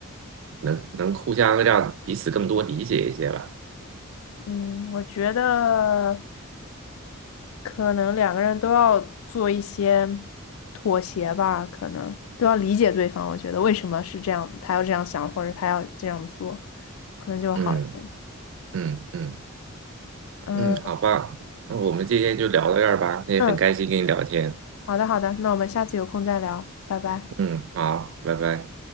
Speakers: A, on the right; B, on the left.
A: 能能互相让彼此更多理解一些吧。
B: 嗯，我觉得可能两个人都要做一些妥协吧，可能都要理解对方，我觉得为什么是这样，他要这样想，或者他要这样做，可能就会好一点。
A: 嗯嗯嗯
B: 嗯
A: 嗯，好吧，那我们今天就聊到这儿吧，也很开心跟你聊天。
B: 嗯，好的好的，那我们下次有空再聊，拜拜。
A: 嗯，好，拜拜。